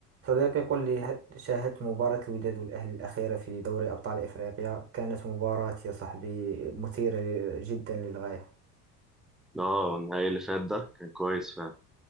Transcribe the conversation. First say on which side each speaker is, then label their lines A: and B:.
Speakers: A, on the right (about 30°); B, in the centre.
A: صديقي قل لي هل شاهدت مباراة الوداد والأهلي الأخيرة في دوري أبطال إفريقيا كانت مباراة يا صاحبي مثيرة جدا للغاية
B: اه النهائي اللي فات ده كان كويس فعلا